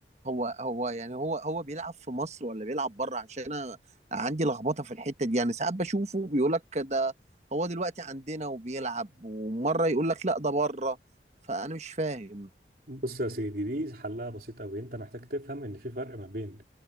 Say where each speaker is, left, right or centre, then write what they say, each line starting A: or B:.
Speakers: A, on the right; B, on the right.
A: هو هو يعني هو هو بيلعب في مصر ولا بيلعب بره عشان انا عندي لخبطه في الحته دي يعني ساعات بشوفه بيقول لك ده هو دلوقتي عندنا وبيلعب ومره يقول لك لا ده بره فانا مش فاهم
B: بص يا سيدي دي حلها بسيط قوي انت محتاج تفهم ان في فرق ما بين